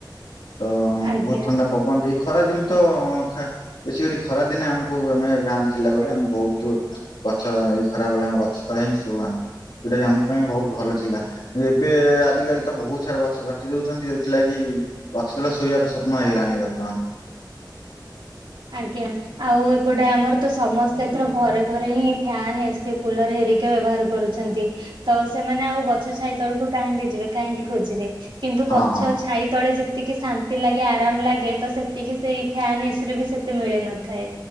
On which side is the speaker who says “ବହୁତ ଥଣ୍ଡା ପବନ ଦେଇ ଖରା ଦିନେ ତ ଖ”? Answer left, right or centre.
Left